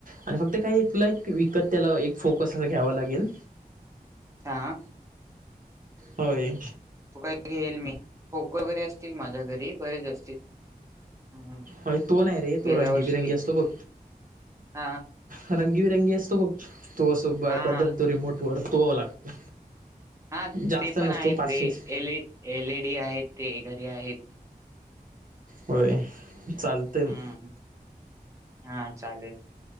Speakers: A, on the right; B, on the right.
A: आणि फक्त काही एक तुला एक विकत त्याला एक फोकस असं घ्यावां लागेल
B: हा
A: होय
B: त काही घेल मी खो खो वगैरे असतील माझ्या घरी बरेच असतील हम्म.
A: हो तो नाही रे
B: गेल्या
A: तो रंगी
B: वर्षी
A: बिरंगी
B: घे-
A: असतो बघ
B: हा
A: रंगीबिरंगी असतो बघ तो असो
B: हा
A: बद्दल
B: हा
A: तो रिमोट वर तो लागतो
B: हा
A: जास्त
B: ते पण
A: नसतो
B: आहेत
A: पाचशेच
B: रे एल एलईडी आहेत ते घरी आहेत
A: होय चालतं
B: हम्म
A: मग
B: हा चालेल